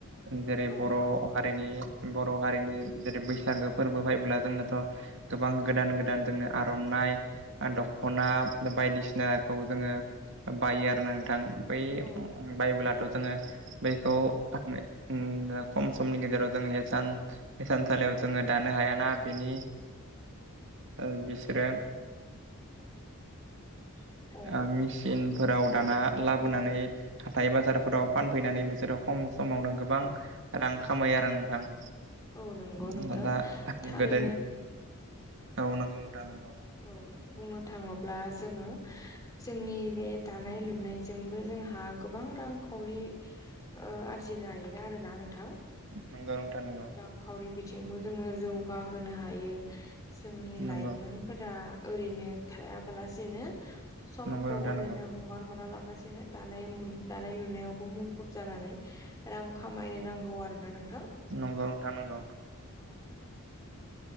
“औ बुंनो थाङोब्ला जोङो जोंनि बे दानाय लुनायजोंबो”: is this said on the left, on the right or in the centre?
Left